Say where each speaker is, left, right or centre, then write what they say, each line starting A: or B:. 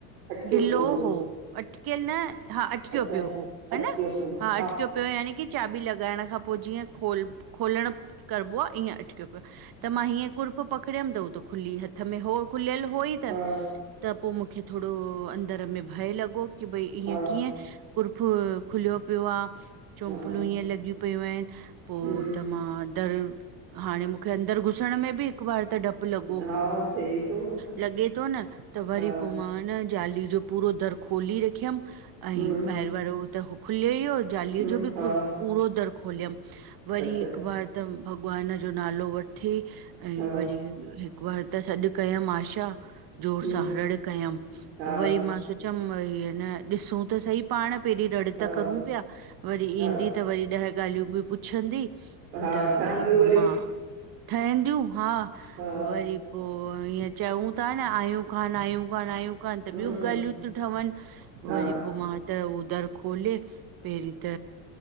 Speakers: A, on the right; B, on the right.
A: अटकियो
B: ढीलों
A: पियो हूंदो
B: हो। अटकयल न, हा अटक्यो
A: अच्छा
B: प्यो हो हन्!
A: अटकियो पियो हूंदो
B: हा अटक्यो प्यो हो याने की चाॿी लगायण खां पो जीअं खोल, खोलण करबो आ ईअं अटक्यों प्यो आ। त मां हीअं कुर्फ़ पकड़यम त हो त ख़ुली हथ में हो। ख़ुलयल होई त,
A: हा
B: त पो मूखे थोड़ो अंदर में भय लगो कि भई इअ
A: हा
B: कीअं, कुर्फ़ खुलयो प्यो आ, चोम्पलूूं
A: हा
B: इअ लॻियूं प पयूं आऐन, पो
A: हम्म
B: त मां डर, हाणे मूखे अंदर घुसण में बि हिक़ बार त डप प् लगो,
A: हा थिए ई थो हो त
B: लगे तो न! त वरी
A: हा
B: पो मां जाली जो पूरो दर खोली रखयम,
A: हम्म
B: ऐं ॿाहेर वारो त हो खुलयो ई हो ज़ालीय
A: हम्म
B: जो बि
A: हा
B: पूर, पूरो दर ख़ोलयम वरी
A: अच्छा
B: हिक़ बार त भगवान जो नालो वठी ऐं
A: हा
B: वरी हिक़ बार त सॾ कयम आशा, ज़ोर
A: हम्म
B: सां रड़ कयम।
A: हा
B: त वइ मां सोचम, ऐं अन ॾिसूं त सई पाण पेरीं रड़
A: हा
B: त करूं प्या, वरी
A: हा
B: ईंदी त वरी ॾह ॻालयूं बि पुछंदी।
A: हा
B: त
A: ठहंदियूं
B: वरी पो मां ठहींदूं हा,
A: हा
B: वरी पो ईअं चऊं ता न आयूं कान आयूं, कान आयूं कान त
A: हम्म
B: ॿयूं ॻालयूं ती ठवन
A: हा
B: वरी पो मां त ओ दर खोले पेहऱी त